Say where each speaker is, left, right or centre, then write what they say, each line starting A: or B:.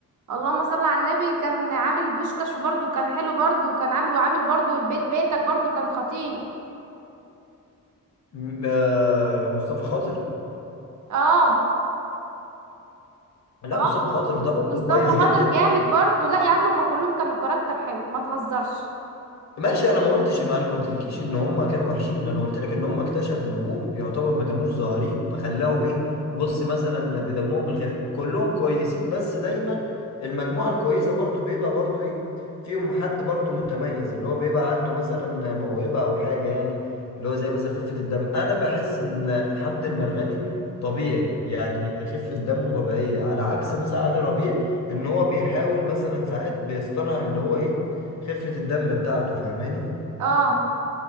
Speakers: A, on the right; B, on the left.
A: اللهم صل على النبي كان عامل بوشكاش وبرده كان حلو برده كان عامل وعامل برده البيت بيتك برده كان خطير
B: م- آه، مصطفى خاطر
A: اه
B: لا
A: اه
B: مصطفى خاطر ده برضه
A: مصطفى
B: كويس جدا
A: خاطر جامد برده لا يا عم هما كلهم كانوا كاركتر حلو ما تهزرش
B: ماشي انا ما قلتش ما انا ما قلتلكيش ان هم كانوا وحشين انا قلت لك ان هم اكتشف نجوم يعتبر ما كانوش ظاهرين فخلاهم ايه بص مثلا بدمهم الخفيف كلهم كويسين بس دايما المجموعة الكويسة برضو بيبقى برضو ايه فيهم حد برضو متميز اللي هو بيبقى عنده مثلا موهبة او حاجة يعني اللي هو زي مثلا خفة الدم انا بحس ان حمد المرغني طبيعي يعني خفة دمه طبيعية على عكس مثلا علي ربيع ان هو بيحاول مثلا ساعات بيصطنع اللي هو ايه خفة الدم بتاعته فاهماني
A: اه